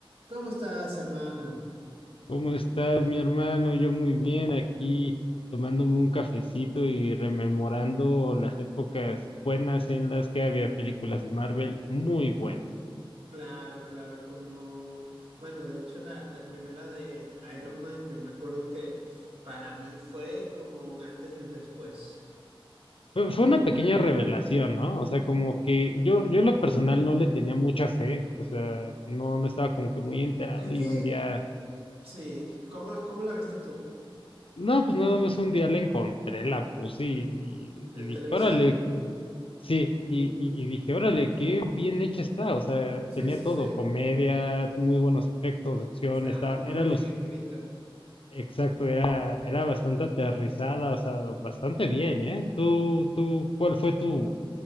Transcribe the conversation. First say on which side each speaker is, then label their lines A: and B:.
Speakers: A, on the right (about 80°); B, on the left (about 75°).
A: ¿Cómo estás, hermano?
B: ¿Cómo estás, mi hermano? Yo muy bien, aquí tomándome un cafecito y rememorando las épocas buenas en las que había películas de Marvel muy buenas.
A: Claro, claro, como, bueno, de hecho la, la primera de Iron Man, yo me acuerdo que para mí fue como un antes y un después.
B: Fue, fue una pequeña revelación, ¿no? O sea, como que yo, yo en lo personal no le tenía mucha fe, o sea, no, no estaba como que muy enterado
A: Es que,
B: y un día
A: sí, ¿cómo, cómo la viste tú?
B: No, pues nada más un día la encontré, la puse y, y-
A: ¿En
B: y dije,
A: televisión?
B: órale, qué-". sí, y, y- y dije, órale, qué bien hecha está, o sea,
A: Sí,
B: tenía
A: sí,
B: todo,
A: sí,
B: comedia, muy buenos efectos, acción,
A: está
B: está,
A: muy
B: era
A: bien
B: los,
A: escrita.
B: exacto, era, era bastante aterrizada, o sea, bastante bien, ¿eh? Tú, tú, ¿cuál fue tu,